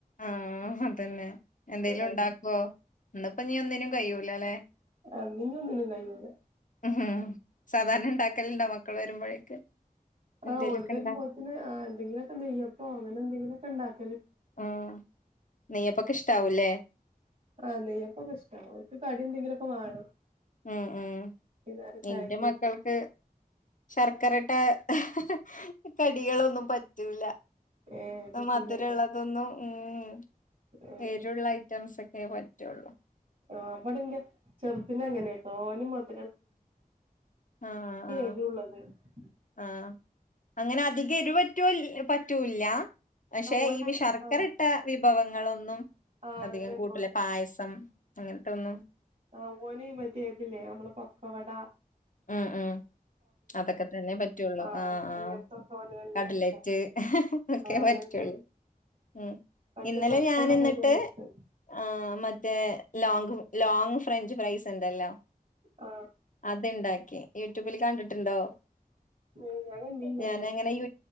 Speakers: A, on the left; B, on the right.
A: ആഹ് അതന്നെ എന്തെലും
B: കഴിയും
A: ഉണ്ടാക്കുവോ ഇന്ന്പ്പോ നീ ഒന്നിനും കയ്യൂല്ല ല്ലേ
B: ആഹ് ഇന്നെനി ഒന്നിനും കയ്യൂല
A: ഉം സാധാരണ ഉണ്ടാക്കലുണ്ടോ മക്കൾ വരുമ്പോഴേക്ക് എന്തേലൊക്കെ
B: ആ ഓല് വരുമ്പോത്തിന്
A: ഇണ്ടാ
B: എന്തെങ്കിലൊക്കെ നെയ്യപ്പോ അങ്ങനെ എന്തെങ്കിലുമൊക് ക്കെ ഇണ്ടാക്
A: ആഹ് നെയ്യപ്പൊക്കെ ഇഷ്ടാവൂലേ
B: ആ നെയ്യപ്പൊക്കെ ഇഷ്ടാ അവർക്ക് കടി എന്തെങ്കിലുമൊക്കെ വേണം
A: ഉം ഉം
B: വൈന്നേരം ചായക്ക്
A: ഇന്റെ മക്കൾക്ക് ശർക്കര ഇട് ട്ട കടികളൊന്നും പറ്റൂല
B: ഏഹ്
A: ന്നെ
B: പറ്റൂലല്ലേ
A: മധുരമുള്ളതൊന്നും ഉം
B: ഏഹ്
A: എരിവുള്ള ഐറ്റംസ് ഒക്കെ ഏ പറ്റൂള്ളൂ
B: ആ ഇവിടെന്റെ ചെറുതിന് അങ്ങനെ ട്ടോ ഓന് മധു
A: ആ ആ
B: എരുള്ളത് ആഹ്
A: ആ അങ്ങനെ അധികം എരിവ് പറ്റുല്ലി പറ്റൂല്ല പക്ഷെ
B: ഓന്
A: ഈ ശർക്കര
B: ആഹ്
A: ഇട്ട വിഭവങ്ങളൊന്നും
B: ആഹ്
A: അധികം
B: അങ്ങനെന്നെ
A: കൂട്ടൂല പായസം അങ്ങനെത്തെ ഒന്നും
B: ആ ഓന മതിയതില്ലേ നമ്മള് പൊക്കവട
A: ഉം ഉം അതൊക്കെ തന്നെ പറ്റുള്ളൂ
B: ആഹ്
A: ആ ആ
B: അങ്ങനത്തൊക്കെ ഓന് നല്ല
A: കടലറ്റ്
B: ഇഷ്ടാ
A: ഒക്കെ
B: ആഹ്
A: പറ്റുള്ളൂ
B: അങ്ങനത്തെ
A: ഉം
B: മറ്റേ
A: ഇന്നലെ
B: മധുരള്ള
A: ഞാൻ എന്നിട്ട്
B: കടി ഓന് ഇഷ്ടല്ല
A: ആ മറ്റേ ത്തെ ലോങ് ലോങ് ഫ്രഞ്ച് ഫ്രൈസ് ഉണ്ടല്ലോ
B: ആ
A: ഇതുണ്ടാക്കി യൂട്യൂബിൽ കണ്ടിട്ടുണ്ടോ
B: ഏഹ് ഞാൻ കണ്ടീല്ലന്ന്
A: ഞാൻ അങ്ങനെ യു